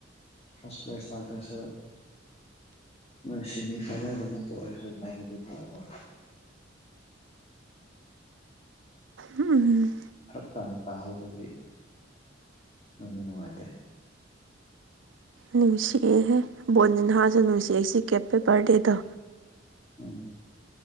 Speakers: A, on the left; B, on the right.
A: ꯐꯁ ꯄ꯭ꯂꯦꯁ ꯂꯥꯛꯇꯥꯁꯨ ꯅꯣꯏ ꯁꯦꯃꯤ ꯐꯥꯏꯅꯦꯜꯒꯃꯇ ꯑꯣꯏꯔꯁꯨ ꯐꯒꯥꯗꯕ
B: ꯎꯝ
A: ꯐꯔꯞ ꯇꯥꯅ ꯇꯥꯍꯧꯕꯗꯤ ꯅꯨꯡꯅꯤ ꯅꯨꯡꯉꯥꯏꯇꯦ꯫
B: ꯅꯨꯡꯁꯤꯑꯍꯦ ꯕꯣꯟ ꯅꯍꯥꯁꯨ ꯅꯨꯡꯁꯤꯑꯦ ꯁꯤ ꯀꯦꯞꯄꯦ ꯕꯥꯔꯗꯦꯗ
A: ꯎꯝ